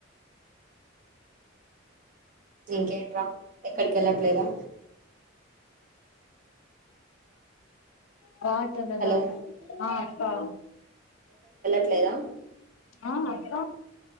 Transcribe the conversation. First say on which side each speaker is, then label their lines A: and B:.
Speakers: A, on the right (about 40°); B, on the left (about 80°).
A: ఇంకేంట్రా ఎక్కడికి వెళ్ళట్లేదా
B: పాటన్నదా
A: హలో
B: ఆహ్ ఆప్పా
A: ట్లేదా
B: ఆహ్హ్ అక్క